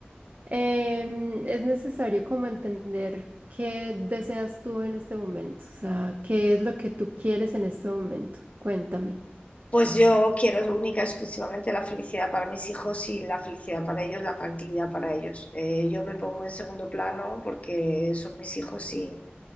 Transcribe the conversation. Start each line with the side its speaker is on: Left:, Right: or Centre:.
Right: Em, es necesario como entender qué deseas tú en este momento, o sea, qué es lo que tú quieres en este momento. Cuéntame.
Left: Pues yo quiero única y exclusivamente la felicidad para mis hijos y la felicidad para ellos, la tranquilidad para ellos. Eh, yo me pongo en segundo plano porque son mis hijos y.